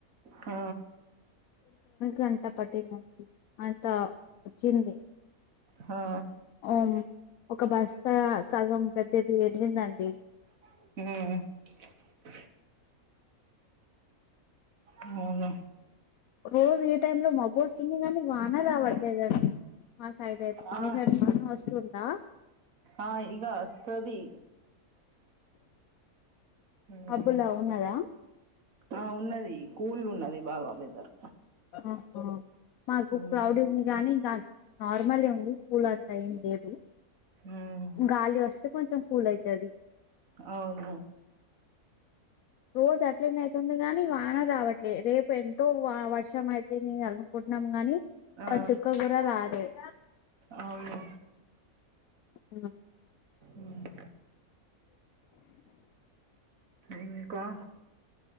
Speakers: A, on the right; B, on the left.
A: ఆ
B: గంట పట్టిందండి అంత వచ్చింది
A: హా
B: అవును ఒక బస్తా సగం పెద్దది వెళ్ళిందండి
A: హు అవునా
B: రోజు ఈ టైం లో మబ్బు వస్తుంది కానీ వాన రావట్లేదండి మా సైడ్ అయితే
A: ఆ,
B: మీ సైడ్ బానే వస్తుందా
A: ఆ ఇగ వస్తది ఉమ్,
B: మబ్బులా ఉన్నదా
A: ఆ ఉన్నది కూల్ ఉన్నది బాగా వెదర్
B: ఆహా మాకు
A: ఉమ్,
B: క్లౌడ్ ఉంది గానీ ఇంకా నార్మలే ఉంది కూల్ అట్లా ఏం లేదు
A: ఉమ్,
B: గాలి వస్తే కొంచెం కూల్ అయితది
A: అవును
B: రోజు అట్లనే అయితుంది గానీ వాన రావట్లే రేపు ఎంతో వర్షం అయితే నేను అనుకుంట న్నాము గాని ఒక
A: ఆ,
B: చుక్క కూడా రాలేదు
A: అవును
B: అ
A: ఉమ్, ఇంకా